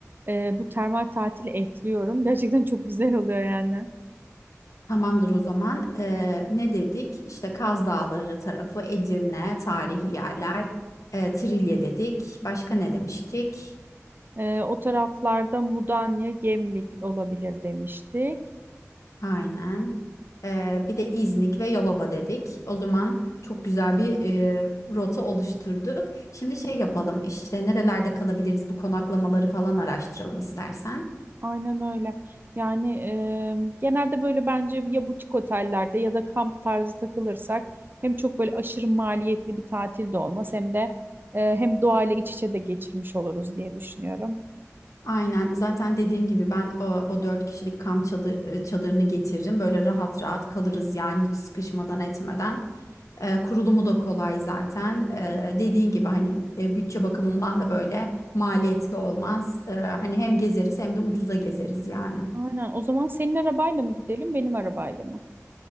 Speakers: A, on the right; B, on the left.
A: e, bu termal tatili ekliyorum. Gerçekten çok güzel oluyor yani.
B: <laughs> Tamamdır o zaman. Ee, ne dedik? İşte Kaz Dağları tarafı, Edirne, tarihi yerler, e, Trilye dedik. Başka ne demiştik?
A: E, o taraflarda Mudanya, Gemlik olabilir demiştik.
B: Aynen. Ee, bir de İznik ve Yalova dedik. O zaman çok güzel bir e, rota oluşturduk. Şimdi şey yapalım işte nerelerde kalabiliriz bu konaklamaları falan araştıralım istersen.
A: Aynen öyle. Yani e, genelde böyle bence ya butik otellerde ya da kamp tarzı takılırsak hem çok böyle aşırı maliyetli bir tatil de olmaz hem de e, hem doğayla iç içe de geçirmiş oluruz diye düşünüyorum.
B: Aynen zaten dediğim gibi ben o, o dört kişilik kamp çadı- e, çadırını getiririm. Böyle rahat rahat kalırız yani hiç sıkışmadan etmeden. E, kurulumu da kolay zaten. E, dediğin gibi hani e, bütçe bakımından da böyle maliyetli olmaz. E, hani hem
A: Aynen.
B: gezeriz hem de ucuza gezeriz yani.
A: Aynen. O zaman senin arabayla mı gidelim, benim arabayla mı?